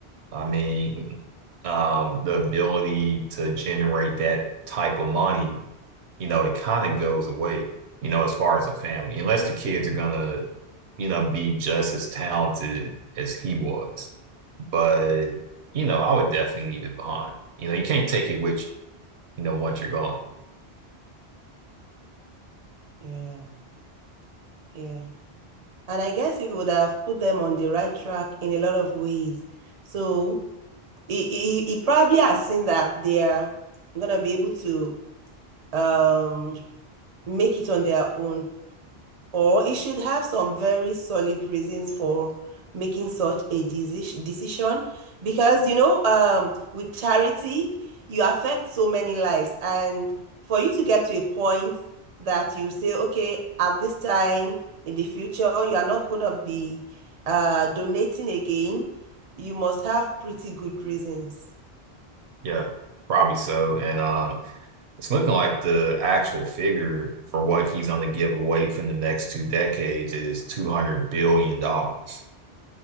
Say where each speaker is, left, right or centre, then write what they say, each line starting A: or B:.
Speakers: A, on the right; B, on the right.
A: I mean, um, the ability to generate that type of money, you know, it kind of goes away, you know, as far as a family, unless the kids are gonna, you know, be just as talented as he was. But, you know, I would definitely leave it behind. You know, you can't take it with you, you know, once you're gone.
B: Yeah, yeah. And I guess he would have put them on the right track in a lot of ways. So he, he, he probably has seen that they're gonna be able to um, make it on their own. Or it should have some very solid reasons for making such a deci- decision. Because, you know, um, with charity, you affect so many lives. And for you to get to a point that you say, okay, at this time in the future, you are not going to be uh, donating again, you must have pretty good reasons.
A: Yeah, probably so. And um, it's looking like the actual figure for what he's gonna give away from the next two decades is $200 billion. dollars.